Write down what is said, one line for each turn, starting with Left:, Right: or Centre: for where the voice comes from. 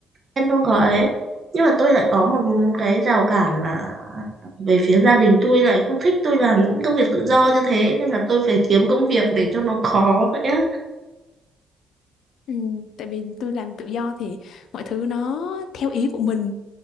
Right: em không có ấy nhưng mà tôi lại có một cái rào cản là về phía gia đình tôi lại không thích tôi làm những công việc tự do như thế nên là tôi phải kiếm công việc để cho nó khó vậy á
Left: Ừ, tại vì tôi làm tự do thì mọi thứ nó theo ý của mình